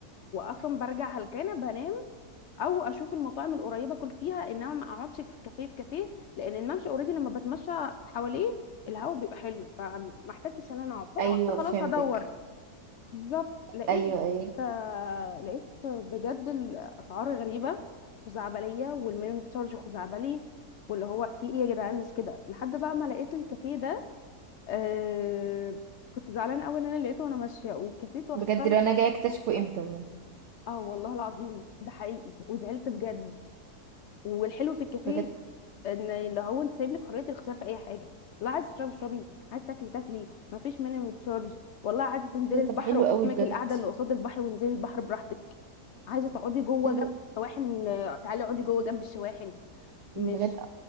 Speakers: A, on the left; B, on the right.
A: واصلا برجع هلكانه بنام او اشوف المطاعم القريبه اكل فيها انما ما اقعدش في كافيه في كافيه لان الممشى اوريدي لما بتمشى حواليه الهواء بيبقى حلو فما احتجتش ان انا اقعد فانا
B: ايوه
A: قلت خلاص
B: فهمتك
A: هدور بالظبط لقيت
B: ايوه ايوه
A: آه، لقيت بجد الاسعار غريبه خزعبليه والمينيمم تشارج خزعبلي واللي هو في ايه يا جدعان مش كده لحد بقى ما لقيت الكافيه ده آه كنت زعلانه قوي ان انا لقيته وانا ماشيه والكافيه تحفه
B: بجد لو انا جايه اكتشفه
A: تحفه
B: امتى بجد
A: اه والله العظيم ده حقيقي وزعلت بجد والحلو في الكافيه
B: بجد
A: ان اللي هو انت سايب لك حريه الاختيار في اي حاجه والله عايز تشربي اشربي عايز تاكلي تاكلي ما فيش مينيمم تشارج والله عايزه تنزلي
B: إيه
A: البحر
B: ده؟ طب حلو قوي
A: قدامك
B: بجد
A: القعده اللي قصاد البحر وانزلي البحر براحتك عايزه تقعدي جوه
B: إيه
A: جنب
B: ده؟
A: الشواحن آه، تعالي اقعدي جوه جنب الشواحن
B: بجد
A: مش